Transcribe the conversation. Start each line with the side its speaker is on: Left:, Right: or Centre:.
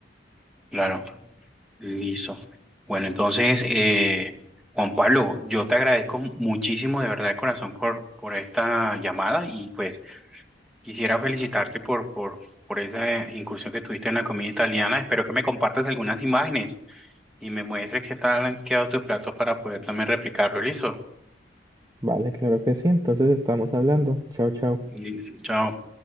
Centre: Claro, liso. Bueno, entonces, eh, Juan Pablo, yo te agradezco muchísimo de verdad de corazón por, por esta llamada y pues quisiera felicitarte por, por, por esa incursión que tuviste en la comida italiana. Espero que me compartas algunas imágenes y me muestres qué tal han quedado tus platos para poder también replicarlo. Listo.
Right: Vale, claro que sí, entonces estamos hablando. Chao, chao.
Centre: Y- Chao.